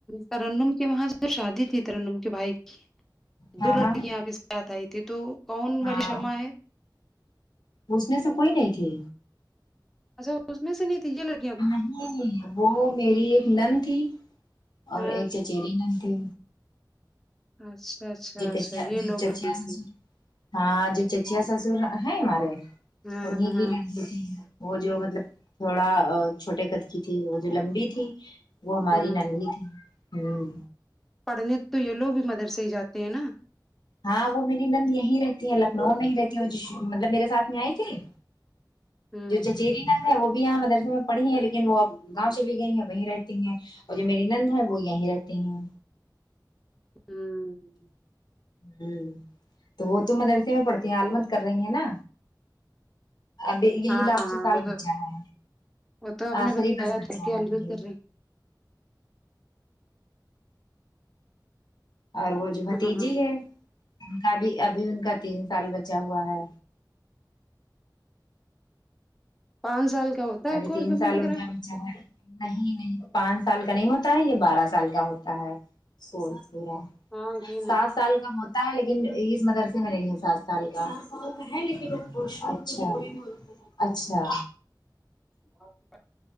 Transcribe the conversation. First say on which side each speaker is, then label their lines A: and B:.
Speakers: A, in the centre; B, on the left.
A: ترنم کے وہاں شادی تھی ترنم کے بھائی کی
B: ہاں
A: دو لڑکیاں
B: ہاں
A: آپ کے ساتھ آئی تھی تو کون
B: ہاں
A: والی شمع ہے
B: اس میں سے کوئی نہیں تھی
A: اچھا اس میں سے نہیں تھی کیا لڑ
B: نہیں وہ میری ایک نند تھی اور
A: ہاں
B: ایک چچیری نند تھی
A: اچھا اچھا
B: <unintelligible>
A: اچھا یہ لوگ نہیں تھی
B: ہاں جو چچیا سسر ہے ہمارے
A: ہاں
B: انہیں
A: ہاں
B: لڑکی تھی وہ جو مطلب تھوڑا چھوٹے قد کی تھی وہ جو لمبی تھی وہ ہماری
A: ہاں
B: نند ہی تھی ہمم
A: پڑھنے تو یہ لوگ بھی مدرسے ہی جاتے ہیں نا
B: ہاں وہ میری نند یہی رہتی ہے لکھنؤ میں ہی رہتی ہے وہ جو مطلب میرے ساتھ میں آئے تھے
A: ہوں
B: جو چچیری نند وہ بھی یہاں مدرسے میں پڑھی ہے لیکن وہ اب گاؤں چلی گئی ہیں وہیں رہتی ہیں اور جو میری نند ہے وہ یہی رہتی ہیں
A: ہوں
B: ہمم تو وہ تو مدرسے میں پڑتی ہیں عالمت کر رہی ہیں نا ابھی یہی
A: ہاں
B: لاسٹ
A: ہاں
B: سال
A: وہ تو
B: بچا ہے
A: وہ تو آپ
B: آخری
A: نے بتایا
B: بس بچا
A: تھا کہ
B: رہا
A: البت کر رہی
B: اور وہ جو بھتیجی
A: ہاں ہاں ہاں
B: ہے ان کا بھی ابھی ان کا تین سال بچا ہوا ہے
A: پانچ سال کا ہوتا ہے
B: ابھی
A: کورس
B: تین
A: ہمیں
B: سال
A: لگ
B: ان
A: رہا
B: کا نہیں نہیں پانچ سال کا نہیں ہوتا ہے یہ بارہ سال کا ہوتا ہے کورس پورا
A: ہاں کی نہیں
B: سات سال کا ہوتا ہے لیکن اس مدرسے میں نہیں ہے سات سال کا سات سال ہے لیکن <unintelligible> اچھا اچھا
A: <unintelligible>